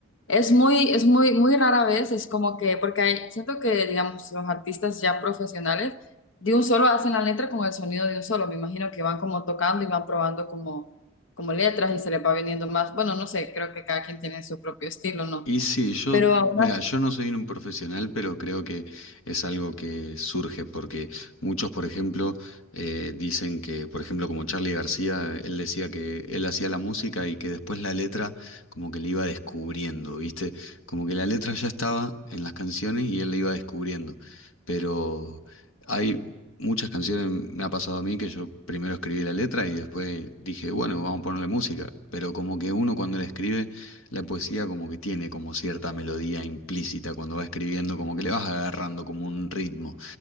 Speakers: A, on the left; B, on the left.
A: Es muy, es muy, muy rara vez, es como que, porque hay- siento que, digamos, los artistas ya profesionales de un solo hacen la letra con el sonido de un solo. Me imagino que van como tocando y van probando como, como letras y se les va viniendo más. Bueno, no sé, creo que cada quien tiene su propio estilo, ¿no?
B: Y sí, yo,
A: Pero aún
B: mira, yo no soy un profesional, pero creo que es algo que surge porque muchos, por ejemplo, eh, dicen que, por ejemplo, como Charly García, él decía que él hacía la música y que después la letra como que le iba descubriendo, ¿viste? Como que la letra ya estaba en las canciones y él la iba descubriendo. Pero hay muchas canciones, me ha pasado a mí que yo primero escribí la letra y después dije, bueno, vamos a ponerle música. Pero como que uno cuando la escribe la poesía como que tiene como cierta melodía implícita cuando va escribiendo, como que le vas agarrando como un ritmo.